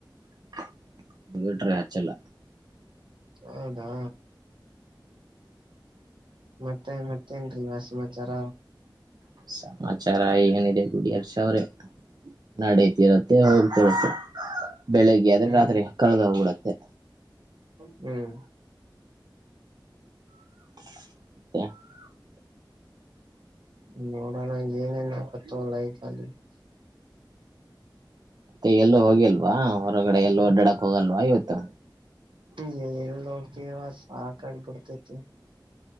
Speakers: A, on the right (about 55°); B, on the right (about 80°).
A: <unintelligible> ಹಚ್ಚಲ್ಲ
B: ಹೌದಾ ಮತ್ತೆ ಮತ್ತೇನ್ರಿ ಸಮಾಚಾರ
A: ಸಮಾಚಾರ ಏನಿದೆ ಬಿಡಿ ಹರ್ಷ ಅವ್ರ ನಡತಿರತ್ತೆ ಹೋತೀರುತ್ತೆ ಬೆಳಿಗ್ಗೆ ಆದ್ರೆ
B: ಹ್ಮ್
A: ರಾತ್ರಿ ಕಳೆದೋಗಬಿಡುತ್ತೆ
B: ಹ್ಮ್
A: ಮತ್ತೆ
B: ನೋಡೋಣ ಏನೇನ ಕತ್ತಲ್ಲ ಆಐ್ತಲ್ಲಿ
A: ಮತ್ತೆ ಎಲ್ಲೋ ಹೋಗಿಲ್ವಾ ಹೊರಗಡೆ ಎಲ್ಲೋ ಡಾಡಕ್ ಹೋಗಲ್ವಾ ಇವತ್ತು
B: ಹ ಎಲ್ಲಿ ಹೋಗ್ತೀಯ ಸಾಕಾಗಿ ಬಿಡ್ತತಿ